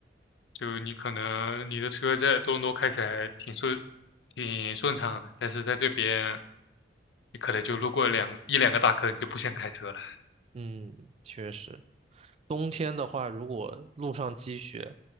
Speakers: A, on the left; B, on the right.
A: 就你可能你的车在多伦多开起来挺顺，挺顺畅的，但是在这边你可能就路过两一两个大坑，你就不想开车了。
B: 嗯，确实，冬天的话，如果路上积雪，